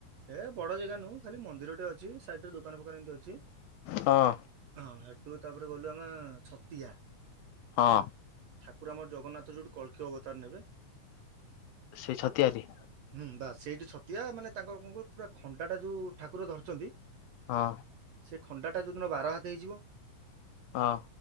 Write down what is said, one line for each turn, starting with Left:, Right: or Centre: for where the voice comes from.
Right: ଏ ବଡ ଜାଗା ନୁହଁ ଖାଲି ମନ୍ଦିରଟେ ଅଛି ସାଇଟରେ ଦୋ କାନ ଫୋକାନ ଏମତି ଅଛି
Left: ହଁ
Right: ହଁ ହେଠୁ ତାପରେ ଗଲୁ ଆମେ ଛତିଆ।
Left: ହଁ।
Right: ଠାକୁର ଆମର ଜଗନ୍ନାଥ ଯୋଉଠି କଳ୍କୀ ଅବତାର ନେବେ।
Left: ସେ ଛତିଆରି।
Right: ହୁଁ ବା ସେଇଠୁ ଛତିଆ ମାନେ ତାଙ୍କର କଣ କହିଲ ପୁରା ଖଣ୍ଡା ଟା ଯୋଉ ଠାକୁର ଧରିଛନ୍ତି।
Left: ହଁ।
Right: ସେ ଖଣ୍ଡା ଟା ଯୋଉଦିନ ବାରହାତ ହେଇଯିବ।
Left: ହଁ।